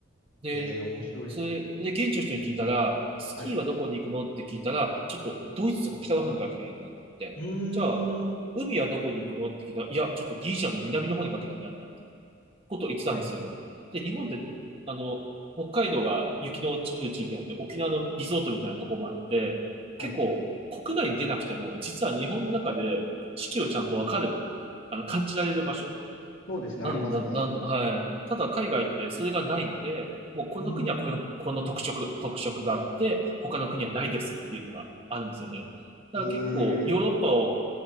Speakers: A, on the right; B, on the left.
A: で、
B: えー、面白いですね。
A: それ、で、現地の人に聞いたら、スキーはどこに行くのって聞いたら、
B: はい。
A: ちょっとドイツとか北の方に行かなきゃいけないんだって言って。
B: うーん。
A: じゃあ、海はどこに行くのって聞いたら、いや、ちょっとギリシャの南の方に行かなきゃダメなんだって。こと言ってたんですよ。
B: はい。
A: で、日本って、あの、北海道が雪の降る地域があって、沖縄のリゾートみたいなとこもあって、
B: はい。
A: 結構国外に出なくても、実は日本の中で四季をちゃんとわかる、あの、感じられる場所
B: そうですね、
A: なんだ、
B: ありますね。
A: なんだ、はい。ただ海外ってそれがないので、もうこの国はこの、
B: うーん。
A: この特色、特色があって、他の国はないですっていうのがあるんですよね。だから結構ヨーロッパを
B: えー。